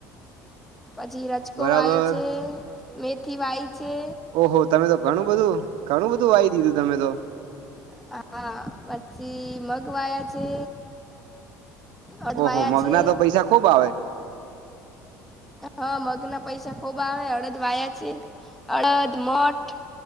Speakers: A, in the centre; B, on the right (about 65°).
A: પછી <unintelligible>
B: બરાબર
A: છે. મેથી વાવી છે.
B: ઓહો તમે તો ઘણું બધું ઘણું બધું વાઈ દીધું તમે તો.
A: હા પછી મગ વાયા છે. અડદ
B: ઓહો
A: વાયા
B: મગના
A: છે
B: તો પૈસા ખુબ આવે.
A: હા.. મગના પૈસા ખુબ આવે. <unintelligible> છે. <unintelligible>